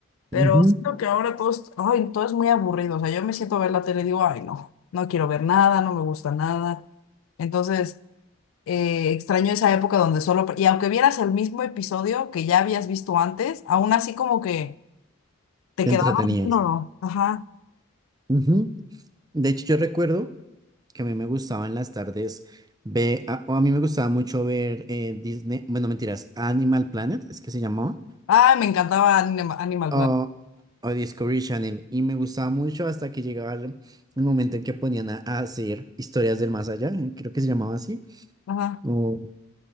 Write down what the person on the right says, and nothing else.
Ujú,
Entretenidas.
Ujú. De hecho, yo recuerdo que a mí me gustaba en las tardes ver, a, o a mí me gustaba mucho ver eh, Disney, bueno, mentiras, Animal Planet, es que se llamaba,
o,
o Discovery Channel, y me gustaba mucho hasta que llegaba el, el momento en que ponían a, a hacer historias del más allá, eh, creo que se llamaba así,
o